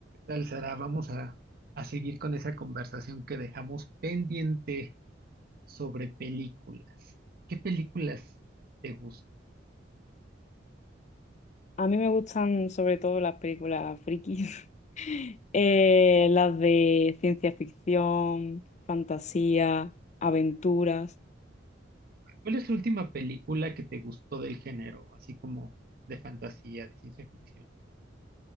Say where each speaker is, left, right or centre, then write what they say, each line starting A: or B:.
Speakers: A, on the right; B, on the left.
A: Tal Sara, vamos a, a seguir con esa conversación que dejamos pendiente sobre películas. ¿Qué películas te gustan?
B: A mí me gustan sobre todo las películas frikis, <laughs> Eh, las de ciencia ficción, fantasía, aventuras.
A: ¿Cuál es la última película que te gustó del género, así como de fantasía, de ciencia ficción?